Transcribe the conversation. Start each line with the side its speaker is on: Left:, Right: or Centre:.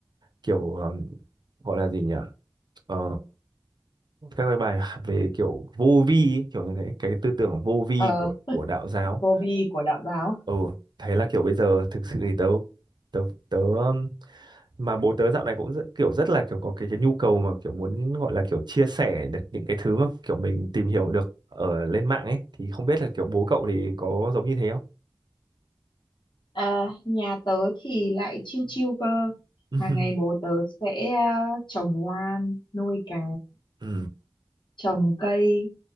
Right: kiểu à, gọi là gì nhỉ Ờ, các cái bài về kiểu vô vi ấy, kiểu như thế cái tư tưởng vô vi
Left: Ờ,
Right: của của đạo giáo
Left: vô vi của đạo giáo.
Right: ừ thế là kiểu bây giờ thực sự thì tớ tớ tớ um, mà bố tớ dạo này cũng rất, kiểu rất là kiểu có cái cái nhu cầu mà kiểu muốn gọi là kiểu chia sẻ được những cái thứ mà kiểu mình tìm hiểu được ở lên mạng ấy thì không biết là kiểu bố cậu thì có giống như thế không
Left: À, nhà tớ thì lại chiêu chiêu cơ.
Right: <laughs>
Left: Hàng ngày bố tớ sẽ ờ, trồng lan, nuôi cá,
Right: ừ
Left: trồng cây,